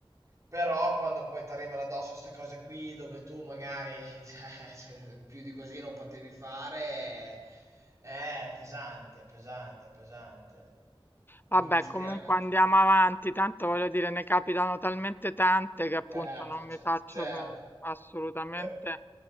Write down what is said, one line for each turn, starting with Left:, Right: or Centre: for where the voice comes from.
Right: Però quando poi ti arrivano addosso ste cose qui, dove tu magari <laughs> cioè, se- più di così non potevi fare, è pesante, pesante, pesante. Mi
Left: Vabbè,
Right: dispiace.
Left: comunque andiamo avanti, tanto voglio dire, ne capitano talmente tante che appunto
Right: Certo,
Left: non mi
Right: ce-
Left: faccio
Right: certo.
Left: mm, assolutamente
Right: Pe-